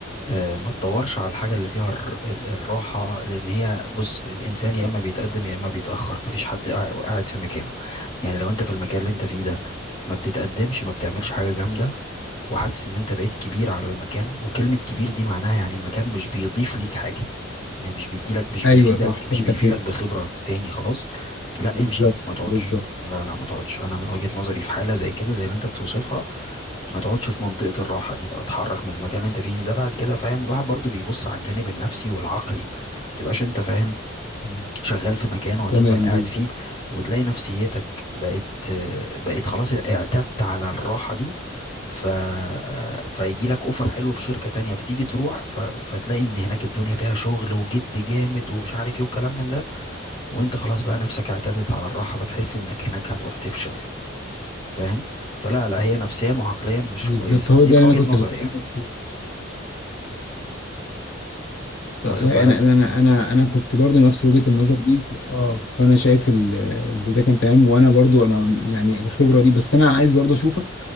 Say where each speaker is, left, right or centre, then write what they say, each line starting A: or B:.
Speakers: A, on the left; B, on the left.
A: آه ما تدورش على الحاجة اللي فيها الر- ال- الراحة لان هي بص الانسان يا اما بيتقدم يا اما بيتأخر مفيش حد قاع- قاعد في مكانه يعني لو انت في المكان اللي انت فيه ده ما بتتقدمش ما بتعملش حاجة جامدة وحاسس ان انت بقيت كبير على المكان وكلمة كبير دي معناها يعني المكان مش بيضيف ليك حاجة يعني مش بيديلك مش
B: ايوه
A: بيفيدك
B: صح
A: مش
B: انت
A: بيفيدك
B: فين
A: بخبرة تاني خلاص لا
B: بالظبط
A: امشي ما تقعدش
B: بالظبط
A: لا لا ما تقعدش انا من وجهة نظري في حالة زي كده زي اللي انت بتوصفها ما تقعدش في منطقة الراحة دي بقى اتحرك من المكان اللي انت فيه ده بعد كده فاهم الواحد برضو بيبص على الجانب النفسي والعقلي ما تبقاش انت فاهم
B: مم.
A: شغال في مكان وهتفضل
B: تمام
A: قاعد
B: بالظبط
A: فيه وتلاقي نفسيتك بقت بقت خلاص اعتدت على الراحة دي ف... فيجي لك اوفر حلو في شركة تانية فتيجي تروح ف... فتلاقي ان هناك الدنيا فيها شغل وجد جامد ومش عارف ايه وكلام من ده وانت خلاص بقى نفسك اعتدت على الراحة فتحس انك هناك هتروح تفشل فاهم فلا لا هي نفسيا وعقليا مش
B: بالظبط
A: كويسة
B: هو
A: دي
B: ده
A: من
B: اللي
A: وجهة
B: انا كنت
A: نظري
B: بكلمك
A: يعني
B: فيه طب
A: واخد
B: انا
A: بالك
B: انا
A: مم.
B: انا انا كنت برضو نفس وجهة النظر دي اه فانا شايف ال- اللي ده كان تمام وانا برضو انا يعني الخبرة دي بس انا عايز برضو اشوفك